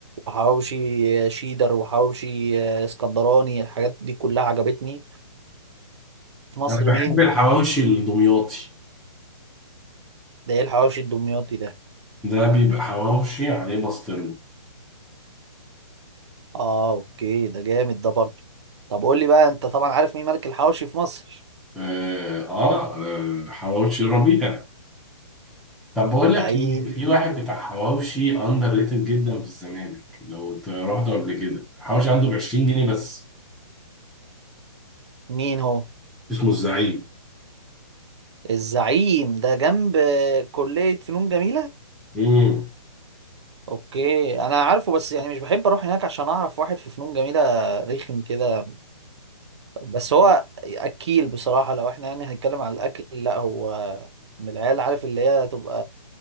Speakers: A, on the right (about 55°); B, in the centre.
A: وحواوشي شيدر وحواوشي آه، اسكندراني الحاجات دي كلها عجبتني في مصر
B: أنا بحب
A: مين
B: الحواوشي الدمياطي
A: ده ايه الحواوشي الدمياطي ده
B: ده بيبقى حواوشي عليه بسطرمة
A: اه اوكي ده جامد ده برضه طب قول لي بقى انت طبعا عارف مين ملك الحواوشي في مصر
B: آه, آه آه، حواوشي ربيع طب بقول
A: لعيب
B: لك ايه في واحد بتاع حواوشي اندر ريتد جدا في الزمالك لو ت- رحته قبل كده حواوشي عنده ب 20 جنيه بس
A: مين هو
B: اسمه الزعيم
A: الزعيم ده جنب آه، كلية فنون جميلة
B: امم
A: اوكي انا عارفه بس يعني مش بحب اروح هناك عشان اعرف واحد في فنون جميلة رخم كده بس هو اكيل بصراحة لو احنا يعني هنتكلم عن الاكل لا هو من العيال عارف اللي هي تبقى